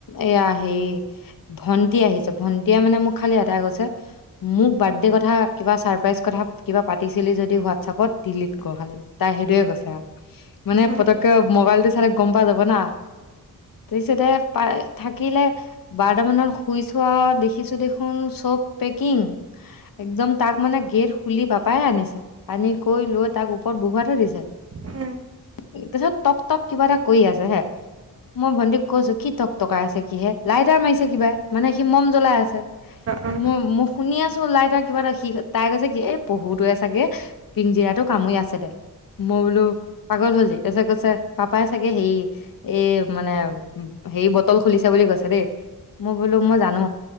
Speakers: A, on the left (about 65°); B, on the right (about 40°).
A: এয়া হেৰি ভন্টি আহিছে ভন্টিয়ে মানে মোক খালি এটাই কৈছে মোক বাৰ্থডে কথা কিবা চাৰপ্ৰাইজ কথা কিবা পাতিছিলি যদি হোৱাটছপত ডিলিট কৰ খালি তাই সেইটোয়ে কৈছে মানে
B: অ অ
A: পতককে মবাইলটো চালে গম পাই যাব না তাৰপিছতে প থাকিলে বাৰটামানত শুইছো আউ দেখিছো দেখোন চব পেকিং একদম তাক মানে গেট পুলি পাপায়ে আনি কই লই উপৰত বহুবা থৈ দিছে।
B: হা
A: তাৰিছত টক টক কিবা এটা কৰি আছে হে মই ভণ্টীপ কৈছো কি টক টকাই আছে কি হে লাইটটা মাৰিছে কিবা মানে সি মম জ্বলাই আছে
B: অ
A: মোৰ মুখ শুনি আছো লাই তটা কিবা এটাখি তাই কৈছে কি এ পহুটোৱে চাগে পিঞ্জিৰাটো কামুৰি আছে দে মই বোলো পাগল হলজি তাৰ কৈছে পাপাই চাগে হে এই মানে হেৰি বটল খুলিছে বুলি কৈছে দেই মই বোলো মই জানো